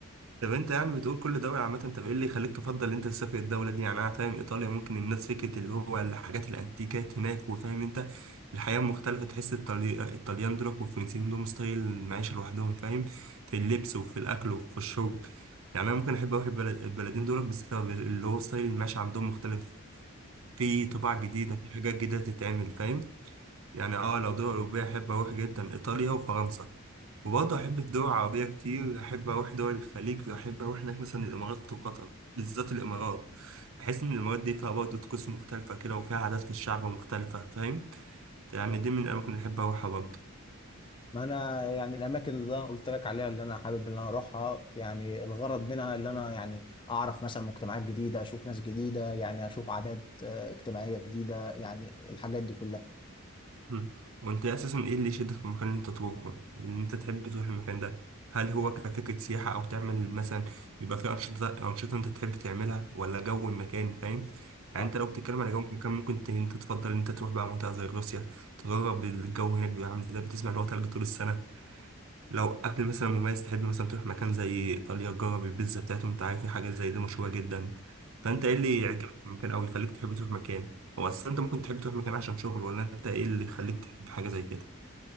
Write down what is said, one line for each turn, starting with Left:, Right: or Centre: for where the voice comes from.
Right: طب انت يعني بتقول كل دولة عامة طب ايه اللي يخليك تفضل انت تسافر الدولة دي يعني انا فاهم ايطاليا ممكن الناس فكرة اللي هو الحاجات الانتيكات هناك وفاهم انت الحياة مختلفة تحس الطلي- الطليان دول والفرنسيين لهم ستايل معيشة لوحدهم فاهم في اللبس وفي الاكل وفي الشرب يعني انا ممكن احب اروح البلد- البلدين دول بسبب اللي هو ستايل المعيشة عندهم مختلف في طباع جديدة في حاجات جديدة تتعمل فاهم يعني اه لو دول أوروبية أحب أروح جدا إيطاليا وفرنسا وبرضه أحب الدول العربية كتير أحب أروح دول الخليج وأحب أروح هناك مثلا الإمارات وقطر بالذات الإمارات بحس إن الإمارات دي فيها برضه طقوس مختلفة كده وفيها عادات في الشعب مختلفة فاهم يعني دي من الأماكن اللي أحب أروحها برضه
Left: ما انا يعني الاماكن اللي انا قلت لك عليها اللي انا حابب ان انا اروحها يعني الغرض منها اللي انا يعني اعرف مثلا مجتمعات جديده اشوف ناس جديده يعني اشوف عادات آه، اجتماعيه جديده يعني الحاجات دي كلها
Right: مم. وانت اساسا ايه اللي يشدك في المكان اللي انت تروحه ان انت تحب تروح المكان ده هل هو كفكرة سياحة او تعمل مثلا بيبقى فيه انشطة انشطة انت تحب تعملها ولا جو المكان فاهم يعني
Left: اه
Right: انت لو بتتكلم على جو المكان ممكن ت- انت تفضل ان انت تروح بقى منطقة زي روسيا تجرب الجو هناك بيبقى عامل ازاي بتسمع اللي هو تلج طول السنة لو اكل مثلا مميز تحب مثلا تروح مكان زي ايطاليا تجرب البيتزا بتاعتهم انت عارف في حاجات زي دي مشهوره جدا فانت ايه اللي يعجبك في المكان او يخليك تحب تروح مكان هو اصلا انت ممكن تحب تروح مكان عشان شغل ولا انت ايه اللي يخليك تحب حاجه زي كده